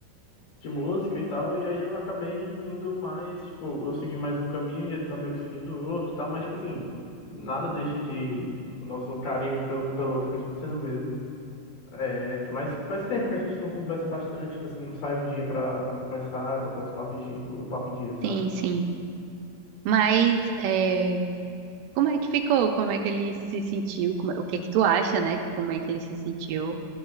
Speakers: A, on the left (about 45°); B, on the right (about 80°).
A: de música e tal, e aí eu acabei indo mais, tipo, eu segui mais um caminho e ele tá meio que seguindo o outro e tal, mas tipo assim, nada deixa de o nosso carinho pelo, um pelo outro continua sendo o mesmo. É, mas faz tempo que a gente não conversa bastante, tipo assim, não sai um dia pra, pra conversar, é botar os papos em di- o papo em dia, sabe?
B: Sim, sim. Mas é, como é que ficou? Como é que ele se sentiu? Como é- O que é que tu acha, né? Como é que ele se sentiu